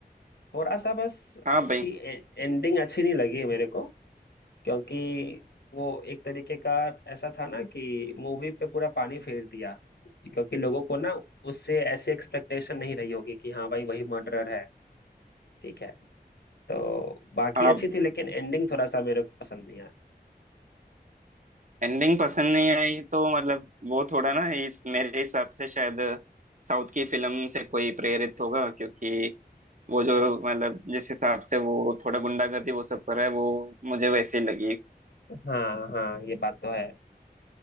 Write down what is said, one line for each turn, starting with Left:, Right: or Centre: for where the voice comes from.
Left: थोड़ा सा बस
Right: हाँ
Left: उसकी
Right: भाई
Left: एंडिंग अच्छी नहीं लगी मेरे को क्योंकि वो एक तरीके का ऐसा था ना कि मूवी पे पूरा पानी फेर दिया क्योंकि लोगों को ना उससे ऐसी एक्सपेक्टेशन नहीं रही होगी कि हाँ भाई वही मर्डरर है ठीक है तो बाकी
Right: हाँ
Left: अच्छी थी लेकिन एंडिंग थोड़ा सा मेरे को पसंद नहीं आया
Right: एंडिंग पसंद नहीं आई तो मतलब वो थोड़ा ना इस मेरे हिसाब से शायद साउथ की फिल्म से कोई प्रेरित होगा क्योंकि वो जो मतलब जिस हिसाब से वो थोड़ा गुंडागर्दी वो सब कर रहा है वो मुझे वैसे ही लगी
Left: हाँ हाँ ये बात तो है